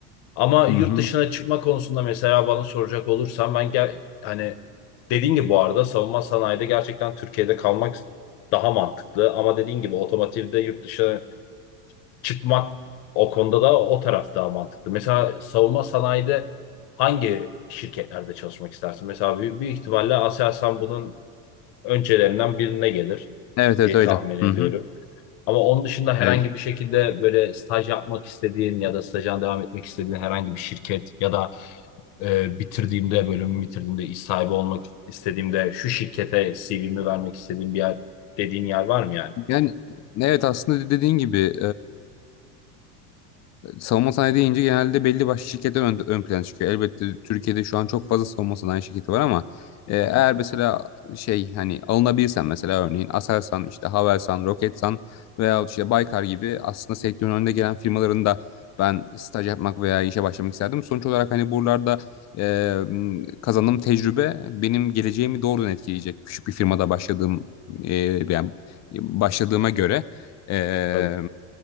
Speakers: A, on the left; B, on the left.
A: Ama yurt
B: Hı hı.
A: dışına çıkma konusunda mesela bana soracak olursan ben gel, hani dediğin gibi bu arada savunma sanayide gerçekten Türkiye'de kalmak daha mantıklı. Ama dediğin gibi otomotivde yurt dışına çıkmak o konuda da o taraf daha mantıklı. Mesela savunma sanayide hangi şirketlerde çalışmak istersin? Mesela büyük, büyük ihtimalle Aselsan bunun öncelerinden birine gelir
B: Evet evet
A: diye
B: öyle.
A: tahmin ediyorum.
B: Hı hı.
A: Ama onun dışında herhangi
B: Evet.
A: bir şekilde böyle staj yapmak istediğin ya da stajına devam etmek istediğin herhangi bir şirket ya da e, bitirdiğimde bölümü bitirdiğimde iş sahibi olmak istediğimde şu şirkete CV'mi vermek istediğim bir yer dediğin yer var mı yani?
B: Yani evet aslında dediğin gibi savunma sanayi deyince genelde belli başlı şirketler ön, ön plana çıkıyor. Elbette Türkiye'de şu an çok fazla savunma sanayi şirketi var ama e, eğer
A: Hı hı.
B: mesela şey hani alınabilirsen mesela örneğin Aselsan, işte Havelsan, Roketsan veya işte Baykar gibi aslında sektörün önde gelen firmaların da ben staj yapmak veya işe başlamak isterdim. Sonuç olarak hani buralarda e, kazandığım tecrübe benim geleceğimi doğrudan etkileyecek. Küçük bir firmada başladığım e, yani başladığıma göre. Ee,
A: Tabii.